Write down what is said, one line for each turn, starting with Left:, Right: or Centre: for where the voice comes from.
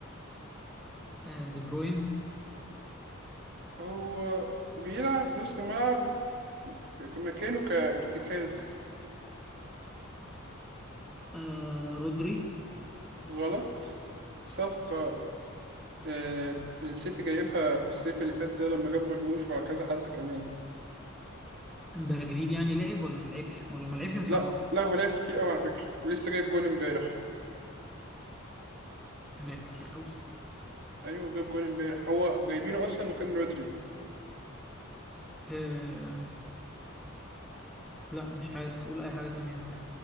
Centre: آه دي بروين
Right: هو بيلعب في نص الملعب مكانه كارتكاز
Centre: آه رودري
Right: غلط صفقة آه السيتي جايبها في الصيف اللي فات ده لما جاب مرموش وكذا حد كمان
Centre: امبابة جديد يعني لعب ولا ما لعبش ولو ما لعبش مش
Right: لا
Centre: هعرفه
Right: لا هو لعب كتير قوي على فكرة ولسه جايب جون امبارح
Centre: لعب كتير قوي
Right: ايوه جاب جون امبارح هو جايبينه اصلا مكان رودري
Centre: آه لا مش عارف قول اي حاجة تانية ده